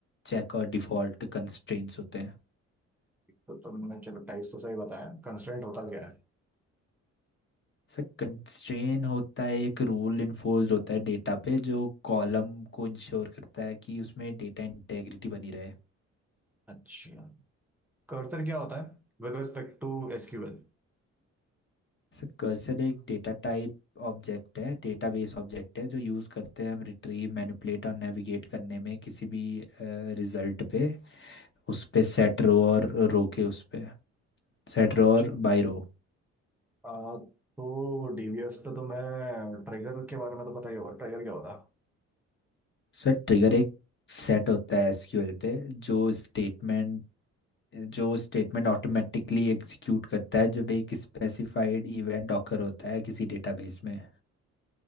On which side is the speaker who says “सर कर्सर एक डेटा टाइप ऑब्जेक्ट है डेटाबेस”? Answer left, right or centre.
Left